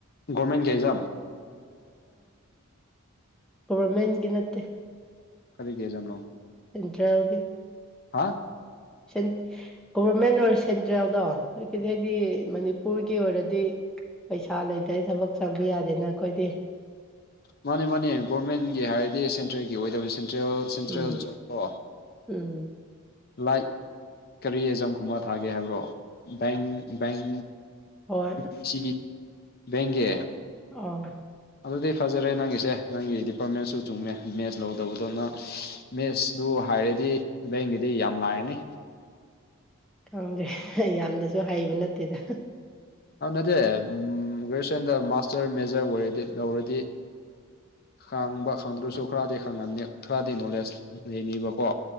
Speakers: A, on the left (about 45°); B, in the centre.
A: ꯒꯣꯔꯃꯦꯟꯒꯤ ꯑꯦꯛꯖꯥꯝ
B: ꯒꯣꯕꯔꯃꯦꯟꯒꯤ ꯅꯠꯇꯦ
A: ꯀꯔꯤꯒꯤ ꯑꯦꯛꯖꯥꯝꯅꯣ
B: ꯁꯦꯟꯇ꯭ꯔꯦꯜꯒꯦ
A: ꯍꯥ
B: ꯁꯦꯟ ꯒꯣꯚꯔꯃꯦꯟ ꯑꯣꯢꯔ ꯁꯦꯟꯇ꯭ꯔꯦꯜꯗꯣ ꯑꯗꯨꯗꯩꯗꯤ ꯃꯅꯤ ꯄꯨꯔꯒꯤ ꯑꯣꯢꯔꯗꯤ ꯄꯩꯁꯥ ꯂꯩꯇꯗꯤ ꯊꯕꯛ ꯆꯪꯕ ꯌꯥꯗꯦꯅ ꯑꯈꯣꯢꯗꯤ
A: ꯃꯥꯅꯦ ꯃꯥꯅꯦ ꯒꯣꯔꯃꯦꯟꯒꯤ ꯍꯥꯢꯔꯗꯤ ꯁꯦꯟꯇ꯭ꯔꯦꯜꯒꯤ ꯑꯣꯢꯗꯕꯅꯤ ꯁꯦꯟꯇ꯭ꯔꯦꯜ ꯁꯦꯟꯇ꯭ꯔꯦꯜ
B: ꯎꯝ
A: ꯖꯣꯕꯇꯣ
B: ꯎꯝ
A: ꯂꯥꯏꯠ ꯀꯔꯤ ꯑꯦꯖꯝ ꯀꯨꯝꯕ ꯊꯥꯒꯦ ꯍꯥꯢꯕ꯭ꯔꯣ ꯕꯦꯡ ꯕꯦꯡ
B: ꯍꯣꯏ
A: ꯌꯨ ꯄꯤ ꯁꯤꯒꯤ ꯕꯦꯡꯒꯤ
B: ꯑꯣ
A: ꯑꯗꯨꯗꯤ ꯐꯖꯔꯦ ꯅꯪꯒꯤꯁꯦ ꯅꯪꯒꯤ ꯗꯤꯄꯥꯔꯠꯃꯦꯟꯁꯨ ꯆꯨꯝꯃꯦ ꯃꯦꯁ ꯂꯧꯗꯧꯕꯗꯣ ꯅ ꯃꯦꯁꯗꯨ ꯍꯥꯢꯔꯗꯤ ꯕꯦꯡꯒꯤꯗꯤ ꯌꯥꯝ ꯂꯥꯢꯔꯅꯤ
B: ꯈꯪꯗꯦ ꯌꯥꯝꯅꯁꯨ ꯍꯩꯕ ꯅꯠꯇꯦꯗ
A: ꯑ ꯅꯠꯇꯦ ꯎꯝ ꯒ꯭ꯔꯦꯖꯨꯑꯦꯁꯟꯗ ꯃꯥꯁꯇꯔ ꯃꯦꯖꯔ ꯑꯣꯢꯔꯗꯤ ꯂꯧꯔꯗꯤ ꯈꯥꯡꯕ ꯈꯪꯗ꯭ꯔꯁꯨ ꯈꯔꯗꯤ ꯈꯪꯂꯝꯅꯤ ꯈꯔꯗꯤ ꯅꯣꯂꯦꯖ ꯂꯩꯅꯤꯕꯀꯣ